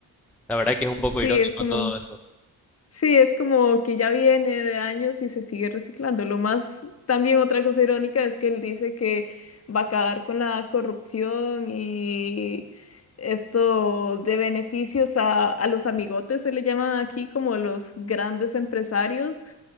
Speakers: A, in the centre; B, on the left.
A: La verdad que es un poco
B: sí,
A: irónico
B: es como...
A: todo eso.
B: Sí, es como que ya viene de años y se sigue reciclando. Lo más, también otra cosa irónica es que él dice que va a acabar con la corrupción y esto de beneficios a, a los amigotes, se le llaman aquí como los grandes empresarios.